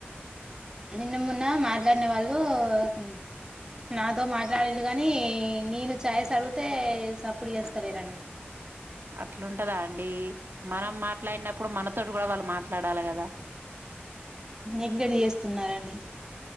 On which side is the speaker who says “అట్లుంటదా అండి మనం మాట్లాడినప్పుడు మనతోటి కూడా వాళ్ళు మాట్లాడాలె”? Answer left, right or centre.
Right